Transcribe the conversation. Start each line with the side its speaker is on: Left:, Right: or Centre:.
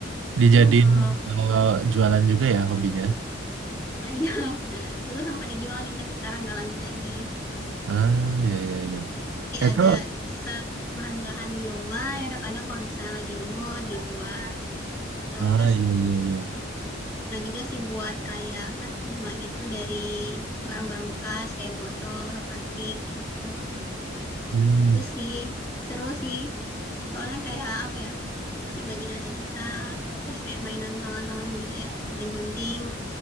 Right: dijadiin
Left: hmm, kalau
Right: eh, jualan juga ya hobinya?
Left: saya <laughs> dulu sempat dijualin tapi sekarang nggak lanjut lagi.
Right: Ah, iya, iya, iya.
Left: ada
Right: Itu,
Left: sisa bahan-bahan di rumah ya udah kadang kalau misalnya lagi mood dibuat itu
Right: ah,
Left: terus
Right: iya, iya, iya.
Left: pernah juga sih buat kayak apa bunga gitu dari barang-barang bekas kayak botol atau plastik gitu
Right: Hmm,
Left: itu sih seru sih soalnya kayak apa ya imajinasi kita terus kayak mainan tangan-tangan gitu ya gunting-gunting